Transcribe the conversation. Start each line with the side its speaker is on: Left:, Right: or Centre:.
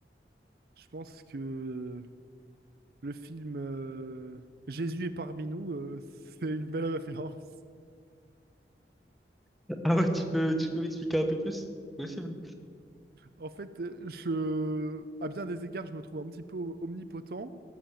Right: je pense que Le film euh, Jésus est parmi nous, euh, c'est une belle référence.
Centre: <laughs> Ah ouais, tu peux, tu peux m'expliquer un peu plus? Possible.
Right: En fait, euh, je, à bien des égards, je me trouve un petit peu omnipotent,